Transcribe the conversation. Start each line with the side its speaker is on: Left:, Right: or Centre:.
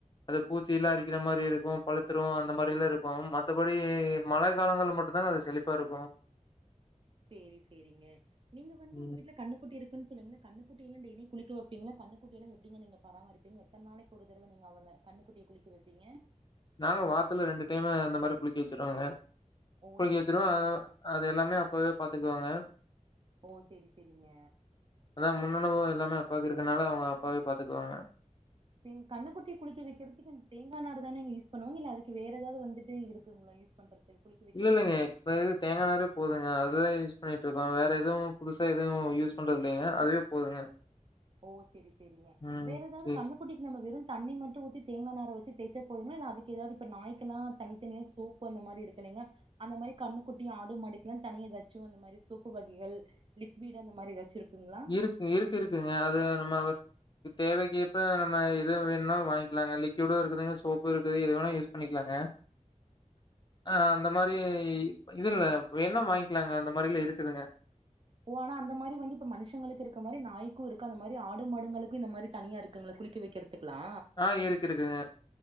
Left: அது பூச்சில்லா அரிக்கிற மாரி இருக்கூ பழுத்துடும் அந்த மாரில்லா இருக்கூ மத்தபடி மழை காலங்கள் மட் அப்பதாங்க அது செலிப்பா இருக்கும்
Right: சேரி சேரிங்க நீங்க வந்து
Left: ம்.
Right: உங்க வீட்ல கண்ணு குட்டி இருக்குன்னு சொன்னீங்கள கண்ணுக்குட்டியலா டெய்லியு குளிக்க வெப்பிங்ளா கண்ணுக்குட்டியலா எப்டிங்க நீங்க பராமறிப் பீங்க எத்தன் நாளைக்கு ஒரு தடவ நீங்க அவள கண்ணுக்குட்டிய குளிக்க வெப்பீங்க
Left: நாங்க வாரத்தில ரெண்டு டைமு அந்த மாரி குளிக்கி வச்சுருவோங்க
Right: ஓ
Left: குளிக்கி
Right: சேரி
Left: வச்சுருவோ
Right: சேரிங்க.
Left: அதே அது எல்லாமே அப்பாவே பாத்துக்குவாங்க
Right: ஓ செரி செரிங்க
Left: அதா முன்னணுபவோ எல்லாமே அப்பாக்கு இருக்கனால அவுங்க அப்பாவே பாத்துக்குவாங்க
Right: ன் கண்ணுக்குட்டிய குளிக்க வைக்கிறதுக்கு இந்த தேங்கா நாறு தானுங்க யூஸ் பண்ணுவாங்க இல்ல அதுக்கு வேறு எதாவ்து வந்துட்டு இருக்குங்ளா யூஸ் பண்றதுக்கு குளிக்க வைக்கிறதுக்கு?
Left: இல்ல இல்லங்க இப்ப இது தேங்கா நாறு போதுங்க அதுதா யூஸ் பண்ணிகிட்ருக்கோ வேற எதுவு புதுசா எதுவு யூஸ் பண்றது இல்லங்க அதுவே போதுங்க
Right: ஓ செரி சேரிங்க
Left: ம்.
Right: வேற எதாவ்து
Left: சரி,
Right: கண்ணுக்
Left: சரி.
Right: குட்டிக்கி நம்ம வெறுந் தண்ணி மட்டு ஊத்தி தேங்கா நாற வச்சி தேச்சா போதுங்ளா இல்ல அதுக்கு எதாவ்து இப்ப நாய்கல்லா தனித்தனியா சோப் ப்பு அந்த மாரி இருக்குலீங்லா அந்த மாரி கண்ணுக்குட்டி ஆடு மாடுக்கெல்லா தனி எதாச்சும் அந்த மாதிரி சோப்பு வகைகள் லிக்விடு அந்த மாரி எதாச்சு இருக்குங்ளா
Left: இருக்கு இருக்கு இருக்குங்க அது நம்ம தேவைக்கேற்ப்ப நம்ம எது வேணா வாங்கிக்லாங்க லிக்விடு இருக்குதுங்க சோப்பு இருக்குது எது வேணா யூஸ் பண்ணிக்லாங்க அ அந்த மாரி
Right: சரி.
Left: இது இல்ல வேன்னா வாங்க்லாங்க அந்த மாரிலா இருக்குதுங்க
Right: ஓ ஆனா அந்த மாரி வந்து இப்ப மனுஷங்களுக்கு இருக்க மாரி நாய்கூ இருக்கு அந்த மாரி ஆடு மாடுங்களுக்கு இந்த மாரி தனியா இருக்குங்களா குளிக்க வைக்கிறது த்துக்லா
Left: ஆ இருக்கு இருக்குங்க